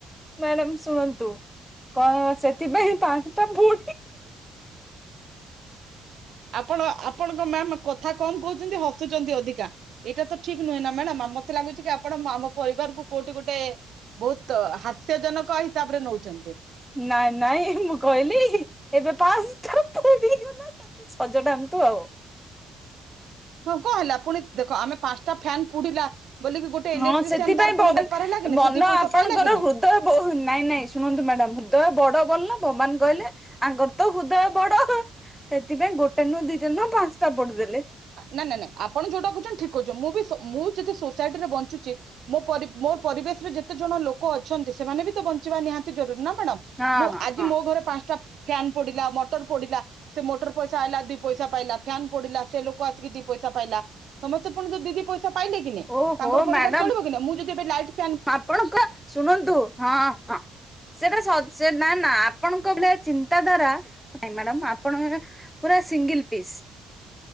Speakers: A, in the centre; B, on the right.
A: ମ୍ୟାଡ଼ାମ ଶୁଣନ୍ତୁ କ ସେଥିପାଇଁ ପାଞ୍ଚଟା ଫୁ
B: ଆପଣ ଆପଣଙ୍କ ମ୍ୟାମ କଥା କମ୍ କହୁଛନ୍ତି ହସୁଛନ୍ତି ଅଧିକା। ଏଇଟା ତ ଠିକ୍ ନୁହେଁ ନା ମ୍ୟାଡାମ ମତେ ଲାଗୁଛି କି ଆପଣ ଆମ ପରିବାର କୋଉଠି ଗୋଟେ ବହୁତ ହାସ୍ୟଜନକ ହିସାବ ରେ ନେଉଛନ୍ତି।
A: ନାଇଁ ନାଇଁ ମୁଁ କହିଲି ଏବେ ପାଞ୍ଚଟା ପଡିଗଲା। ସଜଡ଼ାନ୍ତୁ ଆଉ
B: ହଁ କଣ ହେଲା ପୁଣି ଦେଖ ଆମେ ପାଞ୍ଚଟା ଫ୍ୟାନ୍ ପୁଡିଲା‌। ବୋଲି ଗୋଟେ ଇଲେଟ୍ରିସିଆନ
A: ହଁ ସେଥିପାଇଁ
B: ତାର ପୁଣି ବେପାର ହେଲା କିି
A: ମନ
B: ସେ ଦି ପଇସା
A: ଆପଣଙ୍କର
B: ପାଇଲା କି ନାଇଁ।
A: ହୃଦୟ ନାଇଁ ନାଇଁ ଶୁଣନ୍ତୁ ମ୍ୟାଡାମ ହୃଦୟ ବଡ ବୋଲି ନୁହେଁ ଭଗବାନ କହିଲେ ଆଙ୍କର ତ ହୃଦୟ ବଡ ସେଥିପାଇଁ ଗୋଟେ ନୁହଁ ଦିଟା ନୁହଁ ପାଞ୍ଚଟା ପୋଡିଦେଲେ।
B: ନାଇଁ ନା ନାଇଁ ଆପଣ ଯୋଉଟା କହୁଛନ୍ତି ଠିକ କହୁଛନ୍ତି ମୁଁ ବି ମୁଁ ଯଦି ସୋସାଇଟିରେ ବଞ୍ଚୁଛି। ମୋ ପରିବେଶ ରେ ଯେତେ ଜଣ ଲୋକ ଅଛନ୍ତି ସେମାନେ ବି ତ ବଞ୍ଚିବା ନିହାତି ଜରୁରୀ ନା ମ୍ୟାଡାମ।
A: ହଁ
B: ମୁଁ
A: ହଁ
B: ଆଜି
A: ହଁ
B: ମୋ ଘରେ ପାଞ୍ଚଟା ଫ୍ୟାନ ପଡିଲା ମୋଟର ପଡିଲା ସେ ମୋଟର ପଇସା ଆଇଲା ଦି ପଇସା। ପାଇଲା ଫ୍ୟାନ ପଡିଲା ସେ ଲୋକ ଆସିକି ଦି ପଇସା ପାଇଲା ସମସ୍ତେ ପୁଣି ଯଉ ଦି ପଇସା ପାଇଲେ। କି
A: ଓହୋ
B: ତାଙ୍କର ପରିବାର
A: ମ୍ୟାଡାମ
B: ଚଳିବ କି ନା ମୁଁ ଯଦି ଏ ଲାଇଟ।
A: ଆପଣଙ୍କ ଶୁଣନ୍ତୁ ହଁ ହଁ। ସେଇଟା ସ ନା ନା ଆପଣଙ୍କ ଭଳିଆ ଚିନ୍ତା ଧାରା ନାଇ ମ୍ୟାଡାମ ଆପଣ। ପୁରା ସିଙ୍ଗଲ ପିସ୍